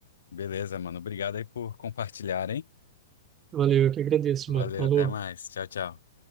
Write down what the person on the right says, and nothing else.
Valeu, eu que agradeço,
mano. Falou.